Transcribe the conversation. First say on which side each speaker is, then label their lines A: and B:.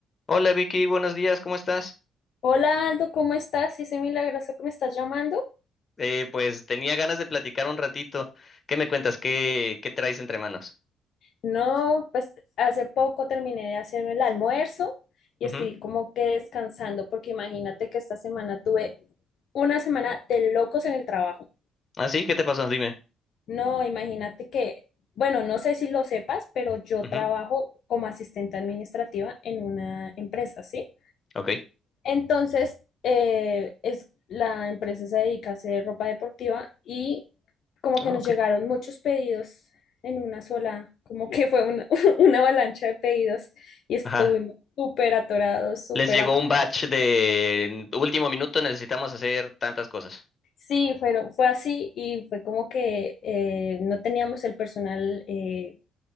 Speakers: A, on the left; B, on the left.
A: Hola Vicky, buenos días, ¿cómo estás?
B: Hola Aldo, ¿cómo estás? Ese milagroso que me estás llamando.
A: Eh, pues tenía ganas de platicar un ratito. ¿Qué me cuentas? ¿Qué, qué traes entre manos?
B: No, pues hace poco terminé de hacerme el almuerzo y
A: Ujú.
B: estoy como que descansando porque imagínate que esta semana tuve una semana de locos en el trabajo.
A: ¿Ah, sí? ¿Qué te pasó? Dime.
B: No, imagínate que, bueno, no sé si lo sepas, pero yo
A: Ujú.
B: trabajo como asistente administrativa en una empresa, ¿sí?
A: Ok.
B: Entonces, eh, es, la empresa se dedica a hacer ropa deportiva y como
A: Ah,
B: que nos
A: ok.
B: llegaron muchos pedidos en una sola, como que fue una, <laughs> una avalancha de pedidos y estuvimos
A: Ajá.
B: súper atorados, súper...
A: Les llegó
B: ac-
A: un batch de "En último minuto, necesitamos hacer tantas cosas. <laughs>
B: Sí, fueron, fue así y fue como que eh, no teníamos el personal eh,